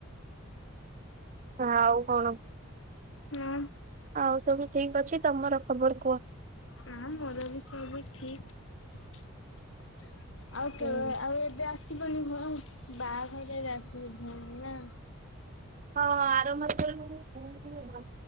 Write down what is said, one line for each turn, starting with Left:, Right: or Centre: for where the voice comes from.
Right: ଆଉ କଣ
Left: ନା
Right: ଆଉ ସବୁ ଠିକ ଅଛି ତମର? ଖବର କୁହ?
Left: ନା ମୋର ବି ସେବି ଠିକ। ଆଉ
Right: ହୁଁ।
Left: ତ ଆଉ ଏବେ ଆସ ଆସିବନି ଭ ବାହାଘର ଯାଇ ଆସିବୁ ଭଉନି ନା।
Right: ହଁ ଆରମ୍ଭରୁ କହିଲିନି